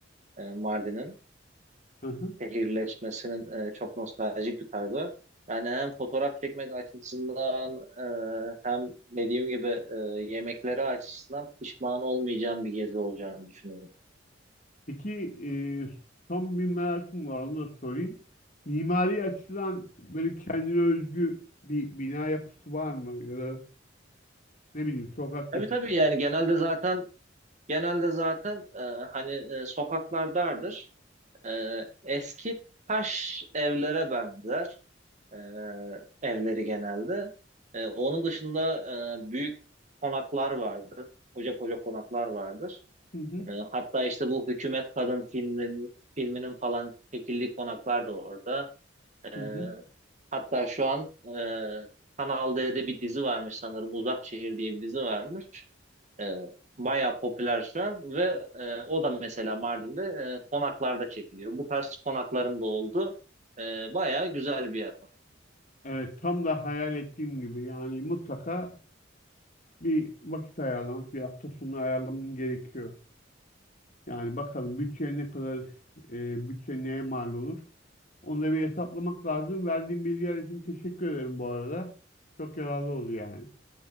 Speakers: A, on the right; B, on the left.
A: e, Mardin'in.
B: Hı hı.
A: şehirleşmesinin e, çok nostaljik bir tarzı var. Yani hem fotoğraf çekmek açısından e, hem dediğim gibi e, yemekleri açısından pişman olmayacağım bir gezi olacağını düşünüyorum.
B: Peki e, son bir merakım var onu da sorayım. Mimari açıdan böyle kendine özgü bir bina yapısı var mı? Ya da ne bileyim sokak
A: Tabii
B: yapısı.
A: tabii yani genelde zaten genelde zaten e, hani e, sokaklar dardır. E, eski taş evlere benzer e, evleri genelde. E, onun dışında e, büyük konaklar vardır. Koca koca konaklar vardır.
B: Hı hı,
A: E, hatta işte bu Hükümet Kadın filminin filminin falan çekildiği konaklar da orada. E,
B: hı hı.
A: hatta şu an e, Kanal D'de bir dizi varmış sanırım. Uzak Şehir diye bir dizi varmış. E, bayağı popüler şu an ve e, o da mesela Mardin'de e, konaklarda çekiliyor. Bu tarz konakların da oldu. E, bayağı güzel bir yapım.
B: Evet tam da hayal ettiğim gibi yani mutlaka bir vakit ayarlamak, bir hafta sonu ayarlamam gerekiyor. Yani bakalım bütçe ne kadar, e, bütçe neye mal olur? Onu da bir hesaplamak lazım. Verdiğin bilgiler için teşekkür ederim bu arada. Çok yararlı oldu yani.